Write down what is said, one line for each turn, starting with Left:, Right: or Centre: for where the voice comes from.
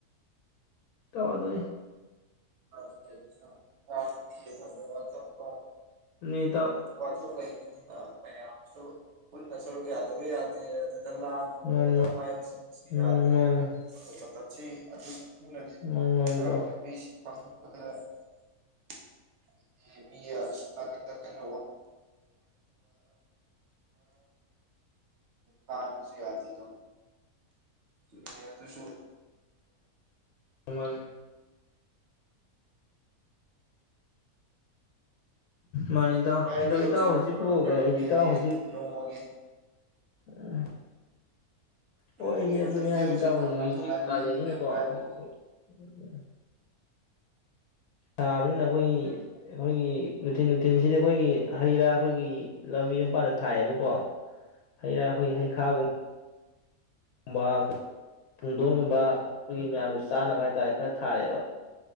Left: ꯇꯥꯗꯣ
Right: <unintelligible>
Left: ꯅꯤꯠ
Right: ꯋꯥꯊꯣꯛ ꯂꯩꯕꯅꯤꯅ ꯃꯌꯥꯝꯁꯨ ꯄꯨꯟꯅ ꯁꯔꯨꯛ ꯌꯥꯗꯕ ꯌꯥꯗꯦ ꯑꯗꯨꯗ ꯂꯥꯡ <unintelligible>
Left: ꯃꯥꯅꯤ ꯎꯝ ꯃꯥꯅꯦ ꯃꯥꯅꯤ ꯃꯥꯅꯤ ꯏꯇꯥꯎ
Right: <unintelligible> <unintelligible> <unintelligible> ꯍꯥꯢꯕꯁꯨ ꯌꯥꯗꯦꯗꯣ ꯆꯨꯝꯃꯦ ꯑꯗꯨꯁꯨ
Left: ꯃꯥꯅꯦ ꯃꯥꯅꯦ ꯏꯇꯥꯎ
Right: ꯚꯥꯏꯗꯤ
Left: ꯑꯗꯣ
Right: ꯍꯧꯖꯤꯛ
Left: ꯏꯇꯥꯎ ꯍꯧꯖꯤꯛꯄꯨ
Right: ꯀꯔꯝ ꯀꯔꯝ ꯂꯦꯜꯂꯤ
Left: ꯏꯇꯥꯎ ꯍꯧꯖꯤꯛ
Right: <unintelligible>
Left: <unintelligible>
Right: ꯅꯣꯡꯃꯒꯤ
Left: ꯍꯣꯏ ꯁꯤ
Right: ꯃꯇꯝꯁꯦ
Left: ꯑꯗꯨꯅꯦ ꯍꯥꯏꯁꯤ
Right: ꯍꯧꯖꯤꯛ
Left: ꯇꯥꯁꯤ
Right: ꯀꯃꯥꯏ
Left: ꯍꯧꯖꯤꯛꯁꯤ
Right: ꯀꯃꯥꯏ
Left: ꯀꯥꯂꯦꯟꯅꯤꯅꯀꯣ
Right: ꯂꯦꯜꯂꯤꯒꯦ ꯚꯥꯏꯕꯨ
Left: ꯑꯩꯈꯣꯏ ꯎ ꯎ ꯊꯥꯕꯅꯤꯅ ꯑꯩꯈꯣꯏꯒꯤ ꯑꯩꯈꯣꯏꯒꯤ ꯊꯤꯟ ꯅꯨꯡꯊꯤꯟꯁꯤꯗꯤ ꯑꯩꯈꯣꯏꯒꯤ ꯍꯩ ꯔꯥ ꯑꯩꯈꯣꯏꯒꯤ ꯂꯝꯕꯤ ꯃꯄꯥꯟꯗ ꯊꯥꯏꯑꯕꯀꯣ ꯍꯩ ꯔꯥ ꯑꯩꯈꯣꯏ ꯍꯩꯈꯥꯒꯨꯝꯕ ꯕ ꯄꯨꯡꯗꯣꯟꯒꯨꯝꯕ ꯑꯩꯈꯣꯏꯒꯤ ꯃꯌꯥꯝꯁꯨ ꯆꯥꯅꯕ ꯍꯥꯏꯇꯥꯔꯦ ꯈꯔ ꯊꯥꯔꯦꯑꯦꯕ